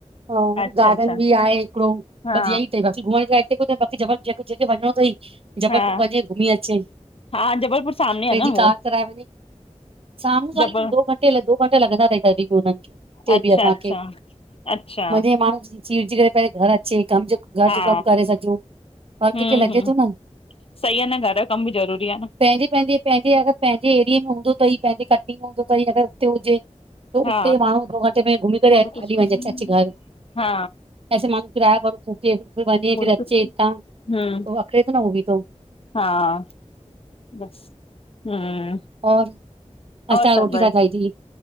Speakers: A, on the right (about 50°); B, on the left (about 50°).
A: और
B: अच्छा
A: गार्डन
B: अच्छा
A: बि आहे हिकिड़ो
B: हा
A: बस यई अथ बाकी घुमण लाइ हिते कुछु बाकी ॼबल जेकहिं वञिणो तंई जबलपुर
B: हा
A: वञे घुमी अचे,
B: हा जबलपुर सामने
A: पंहिंजी
B: आहे न उहो
A: कार कराए वञे। साम्हूं साले
B: जबल
A: आ लेकिन दो घंटे दो घंटे लॻंदा अथई तॾहिं बि हुननि खे हुते
B: अच्छा
A: बि असांखे।
B: अच्छा अच्छा
A: जीय माण्हु सीड़जी करे पहिले घर अ जे कम जो घर
B: हा
A: जो कम करे सजो हर
B: हम्म
A: कैखे लॻे
B: हम्म
A: तो न।
B: सही आहे न घर जो कम बि ज़रूरी आहे न।
A: पंहिंजी-पंहिंजी पंहिंजे अगरि पंहिंजे एरिए में हूंदो, तई पंहिंजे कटनी में हूंदो अथई अगरि हुते हुजे त
B: हा
A: उते माण्हू दो घटे में घुमी करे
B: होॾो कुझु
A: हली वञे अचे घर,
B: हा
A: एसे माण्हू फक वञे
B: होॾो
A: फिर अच्चे
B: कुझु
A: इतां त
B: हम्म
A: अखड़े तो न हो बि तो।
B: हा। बस, हम्म
A: और अॼु
B: और
A: तव्हां
B: सभु
A: रोटी
B: ब
A: छा ठाही अथई